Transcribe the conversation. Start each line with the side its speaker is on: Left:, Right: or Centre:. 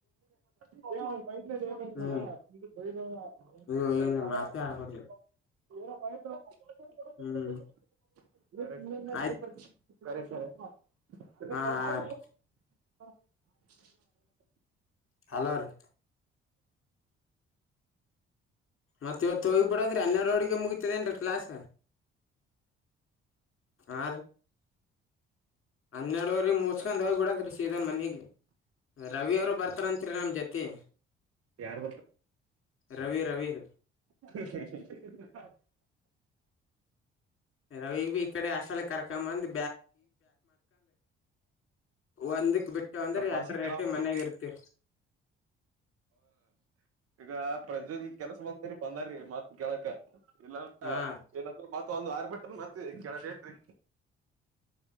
Right: ಇ ಅವ
Left: ಹ್ಮ್
Right: ಪಯತ್ಲ್ಲಿ
Left: ಹ್ಮ್ ಏನು ಮಾತೆ ಆಡ್ಬಾರ್ದು
Right: ಏ
Left: ಹ್ಮ್
Right: ಸರಿ
Left: ಆಯ್ತ್ ಹಾ ಹಾ
Right: ಬ
Left: ರೀ ಹಲೋರ್ ಮತ್ತತ್ ಇವತ್ತು ಹೋಗಿಬ ಬಿಡ್ರ ಹನ್ನೆರಡು ಅಳಗೆ ಮುಗಿತದೇನ್ರಿ ಕ್ಲಾಸ್ ಆ ಹನ್ನೆರಡುವ್ರ ಮುಚ್ಕೊಂಡಾವ ಬಿಡಾದ್ರಿ ಸೀದಾ ಮನೆಗೆ ರವಿ ಅವರು ಬರ್ತಾರತ್ರಿ ನಮ ಜೊತಿ
Right: ಯಾರ್
Left: ರವಿ ರವೀರ್
Right: ಹ ಹ
Left: ರವಿ ಬಿ ಈ ಕಡೆ ಅಷ್ಟಾಲಲ್ಲಿ ಕರ್ಕ ಅಂದ್ರ ಒಂದಕ್ ಬಿಟ್ಟು ಅಂದ್ರೆ
Right: ಭಾಷ
Left: ಎರಡ್ ರೇಟ್
Right: ಹ
Left: ಮನ್ಯಾಗ ಇರ್ತಿರಿ
Right: ಈಗ ಪ್ರಜೆಯಲ್ಲಿ ಕೆಲಸ ಹೋಗಾರೆ ಬಂದಾರೀ ಮತ್ ಕೆಳಕ ಇಲ್ಲಲ್ಲ
Left: ಹಾ ರೀ
Right: ಏನಂದ್ರರು ೊಂದು ಆರ್ ಬಿಟ್ರ ಮತ್ತ ಕೆಳಡೆ ಹೇಳ್ರಿ